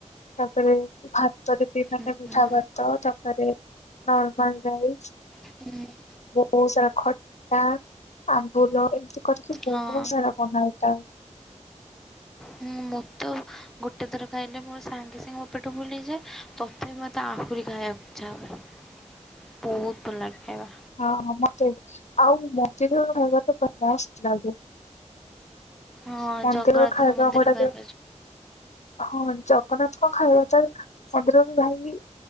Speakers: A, on the left (about 65°); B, in the centre.
A: ତାପରେ ଭାତରେ ବି ମାନେ
B: ହୁଁ,
A: ମିଠା
B: ହୁଁ,
A: ଭାତ ତାପରେ ହଁ ନର୍ମାଲ ରାଇଜ୍।
B: ହୁଁ।
A: ବହୁତ୍ ସାରା ଖଟା ଆମ୍ବୁଲ ଏମ୍ କରିକି
B: ହଁ
A: ବହୁତ ସାରା ବନା ହେଇଥାଏ।
B: ମୁଁ ମୋତ ଗୋଟେ ଥର ଖାଇଲେ ମୋ ସାଙ୍ଗେ ସାଙ୍ଗେ ମୋ ପେଟ ଫୁଲହେଯାଏ ତଥାପି ମୋତେ ଆହୁରି ଖାଇବା ଇଛା ହୁଏ। ବହୁତ ଭଲ ଲାଗେ ଖାଇବା।
A: ହଁ ମତେ ଆଉ ମନ୍ଦିିର ର ଖାଇବା ତ ପୁରା ମସ୍ତ ଲାଗେ।
B: ହଁ
A: ମନ୍ଦିର
B: ଜଗନ୍ନାଥଙ୍କ
A: ର ଖାଇବା
B: ମନ୍ଦିର
A: ଗୁଡ଼ାକ
B: ଖାଇବା ଯୋଉ
A: ହଁ ଜଗନ୍ନାଥ ଙ୍କ ଖାଇବା ତ ମନ୍ଦିର ରୁ ଭାଇ